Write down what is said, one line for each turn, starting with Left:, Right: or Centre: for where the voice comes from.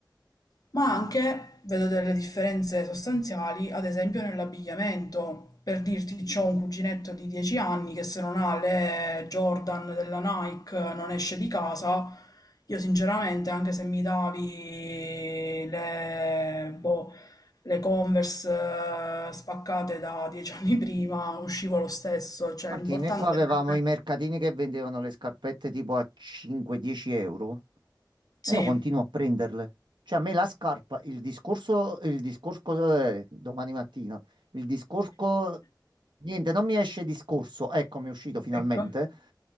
Left: Ma anche vedo delle differenze sostanziali, ad esempio nell'abbigliamento. Per dirti, c'ho un cuginetto di 10 anni che se non ha le Jordan della Nike non esce di casa. Io sinceramente, anche se mi davi le, boh, le Converse eh, spaccate da 10 anni prima, uscivo lo stesso. Cioè,
Right: Martino,
Left: l'importante
Right: e qua avevamo
Left: per me...
Right: i mercatini che vendevano le scarpette tipo a 5-10 euro
Left: Sì,
Right: e io continuo a prenderle. Cioè, a me la scarpa, il discorso, il discorso, eh, domani mattina, il discorso, niente, non mi esce discorso, ecco, mi è uscito finalmente.
Left: ecco.